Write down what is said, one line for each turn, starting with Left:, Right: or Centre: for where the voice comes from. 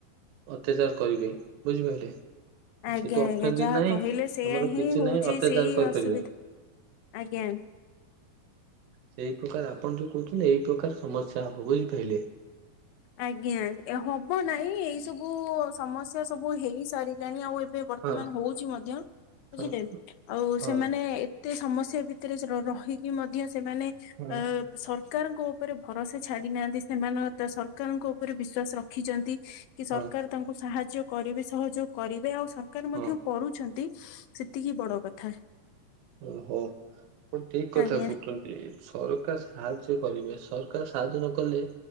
Right: ଅତ୍ୟାଚାର କରିବେ ବୁଝିପାରିଲେ।
Left: ଆଜ୍ଞା।
Right: ଯେହେତୁ
Left: ଆଜ୍ଞା।
Right: ଅର୍ଥନୀତି
Left: ଯାହା
Right: ନାହିଁ
Left: କହିଲେ ସେୟା
Right: ଆମର
Left: ହିଁ
Right: କିଛି
Left: ହଉଛି।
Right: ନାହିଁ ଅତ୍ୟାଚାର
Left: ସେଇ
Right: କରିପାରିବେ
Left: ଅସୁବିଧା ଆଜ୍ଞା।
Right: ସେଇ ପ୍ରକାର ଆପଣ ଯୋଉ କହୁଛନ୍ତି, ଏଇ ପ୍ରକାର ସମସ୍ତେ ତାହା ବୁଝିାରିଲେ।
Left: ଆଜ୍ଞା। ହବ ନାଇଁ, ଏଇ ସବୁ ସମସ୍ୟା ସବୁ ହେଇ ସାରିଲାଣି। ଆଉ ବର୍ତ୍ତମାନ
Right: ହଁ
Left: ହଉଛି ମଧ୍ୟ ବୁଝିଲେ,
Right: ହଁ
Left: ଆଉ
Right: ହଁ
Left: ସେମାନେ। ତେ ସମସ୍ୟା ଭିତରେ ରହିକି ମଧ୍ୟ ସେମାନେ।
Right: ହଁ।
Left: ଅ ସରକାରଙ୍କ ଉପରେ ଭରସା ଛାଡି ନାହାନ୍ତି ସେମାନେ। ତ ସରକାରଙ୍କ ଉପରେ ବିଶ୍ୱାସ ରଖିଛନ୍ତି। କି ସରକାର୍
Right: ହଁ
Left: ତାଙ୍କୁ ସାହାଯ୍ୟ କରିବେ, ସହଯୋଗ କରିବେ। ଆଉ ସରକାର
Right: ହଁ
Left: ମଧ୍ୟ କରୁଛନ୍ତି। ସେତିକି ବଡ କଥା।
Right: ଓହୋ। ଆପଣ ଠିକ୍ କଥା
Left: ଆଜ୍ଞା
Right: କହୁଛନ୍ତି। ସରକାର ସାହାଯ୍ୟ କରିବେ ସରକାର ସାହାଯ୍ୟ ନକଲେ।